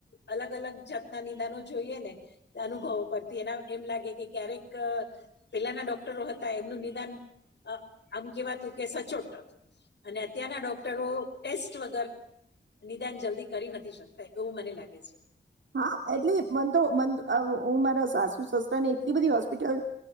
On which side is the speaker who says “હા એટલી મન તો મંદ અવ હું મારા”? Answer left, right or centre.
Right